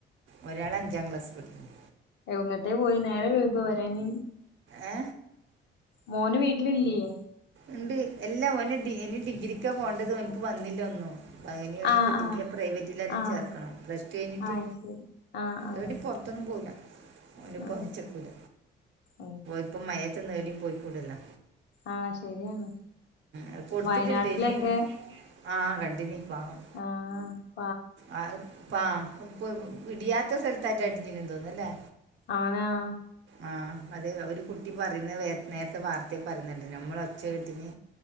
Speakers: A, on the right; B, on the left.
A: ഒരാള് അഞ്ചാംക്ലാസ്പഠിക്കുന്നു.
B: എങ്ങട്ടേ പോയെ നേരം വേഴ്കൊ വരാന്?
A: ഏ.
B: മോന് വീട്ടിലില്ലേ?
A: ഇണ്ട് എല്ലാം ഓന്ന് ഡി ഇനി ഡിഗ്രിക്കാ പോണ്ടത് ഓൻക്ക് വന്നില്ല ഒന്നും. അയ്ന് ഏടിം
B: ആഹ്
A: കിട്ടിയിട്ടില്ല
B: ആഹ്
A: പ്രൈവറ്റി ലേറ്റെ
B: ആഹ്
A: ചേർക്കണം പ്ലസ് ടു കഴ്ഞ്ഞിട്ട്
B: ആഹ് ശരി ആഹ് ആഹ്
A: ഏടിം പൊ ർത്തൊന്നും പോവൂല്ല ഓന്റെപ്പോച്ചകുല.
B: ആഹ് ഉം
A: ഇപ്പൊ മയത്ത് ന്ന്ഏടിം പോയ് കൂടലോ.
B: ആഹ ശെരിയാണ്
A: അത് കൊടുത്തിട്ടുണ്ട്
B: വയനാട്ടിലൊക്കെ.
A: ഇനി ആ കണ്ടിന്ന് പാവം.
B: ആഹ.
A: ആ ഇപ്പ ഇപ്പം ഇടിയാത്ത സ്ഥലതെറ്റെ ഇടിഞ്ണ്‌ തോന്ന്ണല്ലേ.
B: ആണ് ആ.
A: ആ അതെ ഒരു കുട്ടി പറിയ്ന്നെ വെ നേരത്തെ വാർത്തെ പറിന്നണ്ടിലെ നഞമ്മൾ ഒച്ച കെട്ടിന്ന്.